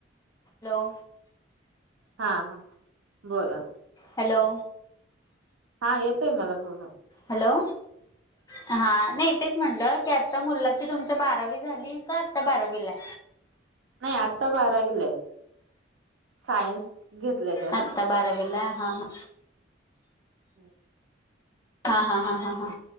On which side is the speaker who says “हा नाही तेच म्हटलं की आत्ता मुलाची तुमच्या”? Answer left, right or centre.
Left